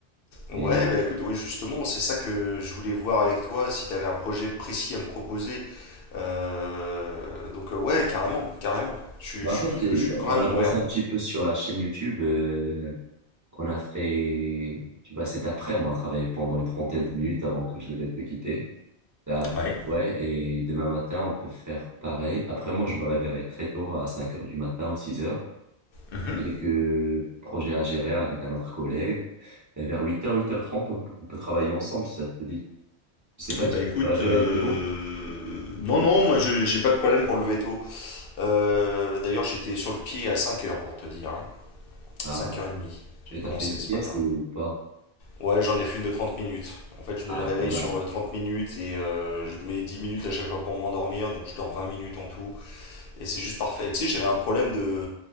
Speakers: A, on the right; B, on the left.
A: Et
B: ouais bah écoute ouais justement c'est ça que je voulais voir avec toi si t'avais un projet précis à me proposer Euh, donc euh, ouais carrément carrément je, suis-
A: bah,
B: je suis
A: en fait,
B: tout
A: euh,
B: je suis carrément
A: on avance
B: ouvert
A: un petit peu sur la chaîne YouTube euh, qu'on a fait, tu vois, cet après-midi. On a travaillé pendant une trentaine de minutes avant que je devais te quitter. Ah,
B: Ouais.
A: Ouais, et demain matin, on peut faire pareil. Après, moi, je me réveillerai très tôt à 5 heures du matin ou six heures
B: Mhm.
A: J'ai quelques projets à gérer avec un autre collègue. Et vers huit heures, huit heures trente, on peut on peut travailler ensemble si ça te dit. Je sais pas
B: Eh ben
A: si
B: écoute,
A: tu te réveillerais
B: euh,
A: tôt
B: non,
A: ou
B: non, moi je j'ai pas de problème pour le veto. Euh, d'ailleurs, j'étais sur le pied à 5 heures pour te dire. hein.
A: ah,
B: 5h30, j'ai
A: et
B: commencé
A: t'as fait une
B: ce
A: sieste
B: matin.
A: ou pas.
B: Ouais, j'en ai fait une de 30 minutes. En fait, je
A: Ah,
B: mets le réveil
A: pas mal.
B: sur euh, 30 minutes et euh, je mets 10 minutes à chaque fois pour m'endormir, donc je dors 20 minutes en tout. Et c'est juste parfait. Et Tu sais, j'avais un problème de.